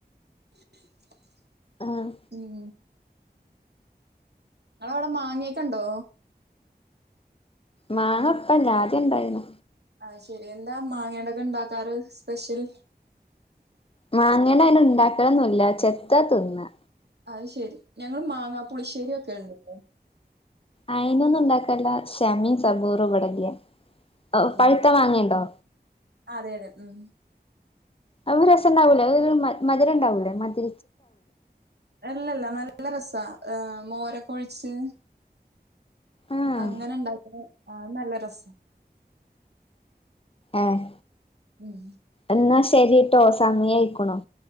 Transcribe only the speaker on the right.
<unintelligible>
ഉം നിങ്ങളവിടെ മാങ്ങയക്കണ്ടോ
അയ്ശരി എന്താ മാങ്ങയൊണ്ടക്കെ ഇണ്ടാക്കാറ് സ്പെഷ്യൽ.
അയ്ശരി ഞങ്ങൾ മാങ്ങാ പുളിശ്ശേരി വക്കലുണ്ട്. ട്ടോ
ഓഹ്
അതെ അതെ ഉം
അല്ലല്ല നല്ല രസ മോരൊക്കെ ഒഴിച്ച്.
അങ്ങനെ ഇണ്ടാക്കുന്ന ആഹ് അത് നല്ല രസാ.
ഉം